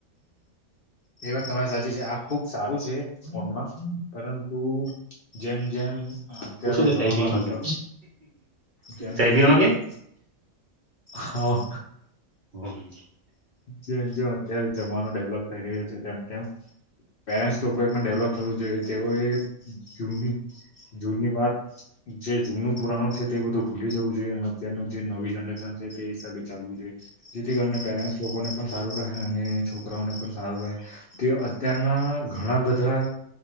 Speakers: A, on the left; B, on the right.
A: એ વાત તમારી સાચી છે આ ખુબ સારું છે ફોનમાં પરંતુ જેમ જેમ અત્યારે
B: તું શું કે
A: જમાનો
B: ચાય પીવાનો
A: ડેવલોપ
B: છે
A: જેમ
B: ચાય
A: જેમ
B: પીવાનો
A: અત્યારે
B: કે
A: હા.
B: <unintelligible>
A: જેમ જેમ અત્યારે જમાનો ડેવલોપ થઈ રહ્યો છે તેમ તેમ પેરેન્ટ્સ લોકોએ પણ ડેવલોપ થવું જોઈએ. તેઓએ જૂની જૂની વાત જે જૂનું પુરાણું છે તે બધું ભૂલી જવું જોઈએ અને અત્યારનું જે નવી જનરેશન છે તે હિસાબે ચાલવું જોઈ જેથી કરી પેરેન્ટ પણ સારું રહે અને છોકરાઓને પણ સારું રહે તે અત્યારના ઘણા બધા